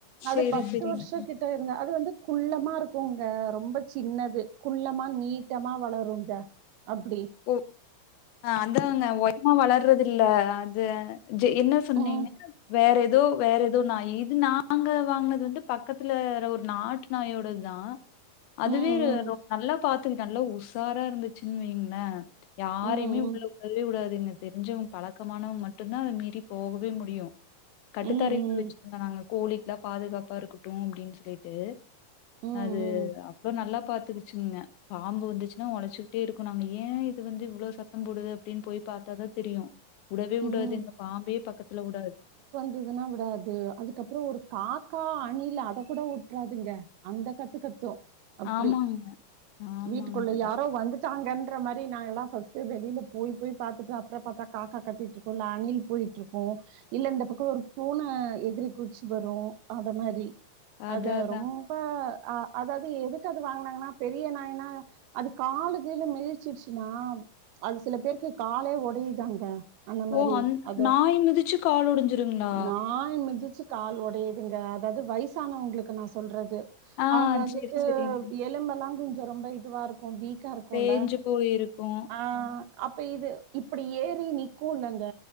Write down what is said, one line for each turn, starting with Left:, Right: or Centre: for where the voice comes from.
Right: அது
Left: சரி,
Right: பத்து
Left: சரிங்க.
Right: வருஷ கிட் ட இருங்க அது வந்து குள்ளமா இருக்குங்க ரொம்ப சின்னது குள்ளமா நீட்டமா வளருங்க அப்டி
Left: ஓ அதாங்க ஒயரமா வளர்றது இல்ல அது ஜ என்ன சொன்னீங்க
Right: ம்
Left: வேற எதோ வேற எதோ நாய் இது நாங்க வாங்கனது வந்து பக்கத்துலற ஒரு நாட்டு நாயோடு தா அதுவே
Right: ம்
Left: நல்லா பாத்துக்கு நல்லா உஷாரா இருந்துச்சுன்னு வைங்கள யாரையுமே
Right: ம் ம்
Left: உள்ள உடவே உடாதுங்க தெரிஞ்சவங்க பழக்கமானவங்க மட்டுதா அத மீறி போகவே முடியு கட்டுத்தாரைக்குல்
Right: ம்
Left: வச்சிருந்தோ
Right: ம்
Left: நாங்க கோழிக்கு எல்லா பாதுகாப்பா இருக்கட்டு அப்டின்னு சொல்லிட்டு
Right: ம்
Left: அது அவ்ளோ நல்லா பா த்துகுச்சுங்க பாம்பு வந்துச்சுன்னா ஒழச்சுக்கிட்டே இருக்கு நாங்க ஏ இது வந்து இவ்ளோ சத்தம் போடுது அப்டின்னு போய் பாத்தாதா தெரியு உடவே உடாது
Right: ம்
Left: எங்க பாம்பையே பக்கத்துல உடாது
Right: துதுனா உடாது அதுக்கப்புறோ ஒரு காக்கா அணில் அத கூட உட்றாதுங்க அந்த கத்து கத்தூ அப்டி
Left: ஆமாங்க ஆமாங்க
Right: வீட்டுக்குள்ள
Left: அதா
Right: யாரோ வந்து சாங்கன்ற மாரி நா எல்லா ஃபர்ஸ்ட் வெளில போய் போய் பாத்துட்டு அப்பற பாத்தா காக்கா கத்திட்டு இருக்கு இல்ல அணில் போய்ட்டு இருக்கு இல்ல இந்த பக்க ஒரு பூன எதிரி குச்சி வரு அ மாரி
Left: அதா
Right: அது
Left: அதா
Right: ரொம் அப்ப அதாவது எதுக்கு அது வாங்கனாங்கன்னா பெரிய நாய்னா அது கால கீழ மெதிச்சிருச்சுன்னா அது சில பேருக்கு காலே உடையுதாங்க அந்த மாதிரி
Left: ஓ அந்
Right: அதோ
Left: நாய் மிதிச்சு கால் ஒடஞ்சிருங்களா
Right: நா மிதிச்சு கால் ஒடையுதுங்க அதாவது வயசானவங்களுக்கு நா சொல்றது
Left: ஆ
Right: அவுங்க வந்துட்டு
Left: செரி செரிங்க
Right: எலும்பல்லா கொஞ்சோ ரொம்ப இதுவா இருக்கு வீக் க்க இருக்குல
Left: தேஞ்சு போயிருக்கு
Right: ஆ அப்ப இது இப்பிடி ஏறி நிக்கு இல்லங்க